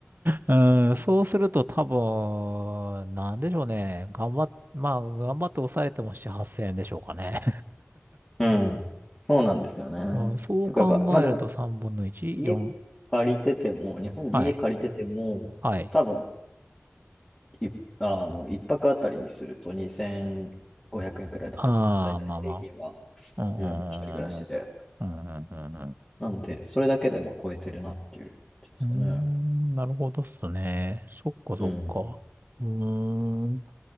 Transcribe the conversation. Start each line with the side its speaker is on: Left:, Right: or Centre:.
Right: <laughs> うん、そうすると多分、なんでしょうね。頑張っ、まあ、頑張って抑えても7、8000円でしょうかね。
Left: うん。そうなんですよね。
Right: あそう考えると3分の1、
Left: とかば、まあでも、家
Right: 4、
Left: 借りてても、日本で家借りてても、
Right: はい、はい。
Left: 多分、い、あの、一泊あたりにすると2500円くえんくらいだと思う。
Right: ああ、
Left: 大体平均は。
Right: まあまあ。う
Left: うん、一人暮らしで。
Right: ん、うん、うん、うん。うんう
Left: なので、それだけでも超えてるなっていう、ですかね。
Right: ーんなるほどっすね。そっかそっか。
Left: うん。
Right: うーん、